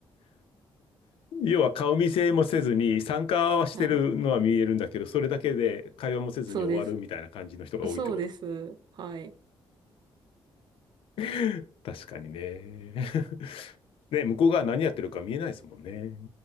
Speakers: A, on the left; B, on the right.
A: 要は顔見せもせずに、参加はしてるのは見えるんだけど、
B: はい。
A: それだけで会話もせずに終わるみたいな感じの人が多いってこと。
B: そうです。そうです。はい。
A: <laughs> 確かにね。<laughs> ね、向こうが何やってるか見えないですもんね。